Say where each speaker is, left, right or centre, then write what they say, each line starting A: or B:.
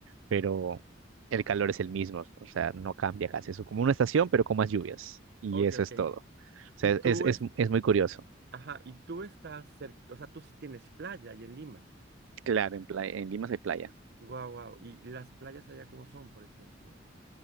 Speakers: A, on the right; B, on the right.
A: pero el calor es el mismo, o sea, no cambia casi, es como una estación, pero con más lluvias, y
B: ok,
A: eso
B: ok.
A: es todo. O sea,
B: Y tú,
A: es, es,
B: es,
A: es muy curioso.
B: ajá, y tú estás cerca, o sea, tú sí tienes playa ahí en Lima.
A: Claro, en playa, en Lima sí hay playa.
B: Guau, guau. ¿Y las playas allá cómo son, por ejemplo?